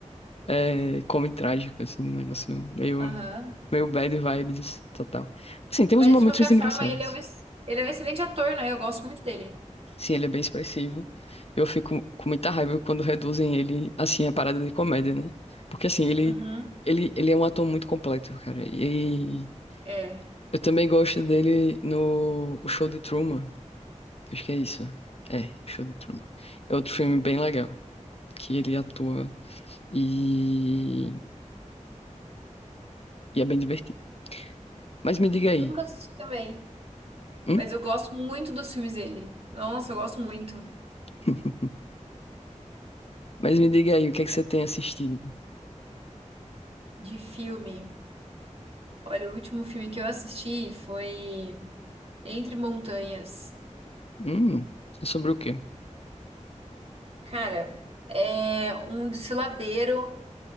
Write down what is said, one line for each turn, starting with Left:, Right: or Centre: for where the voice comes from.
Left: é, come trágico, assim, um negócio meio,
Right: Aham.
Left: meio bad vibes total. Assim, tem
Right: Mas
Left: uns momentos
Right: de qualquer
Left: engraçados.
Right: forma, ele é um, ex- ele é um excelente ator, né? Eu gosto muito dele.
Left: Sim, ele é bem expressivo. Eu fico com muita raiva quando reduzem ele, assim, a parada de comédia, né? Porque, assim, ele,
Right: Uhum.
Left: ele, ele é um ator muito completo, cara. E
Right: É.
Left: eu também gosto dele no O Show de Truman. Acho que é isso. É, O Show de Truman. É outro filme bem legal, que ele atua e, e é bem divertido. Mas me diga aí.
Right: Nunca assisti também.
Left: hum?
Right: Mas eu gosto muito dos filmes dele. Nossa, eu gosto muito
Left: <laughs> Mas me diga aí, o que é que você tem assistido?
Right: de filme. Olha, o último filme que eu assisti foi Entre Montanhas.
Left: Hum, é sobre o quê?
Right: Cara, é um desfiladeiro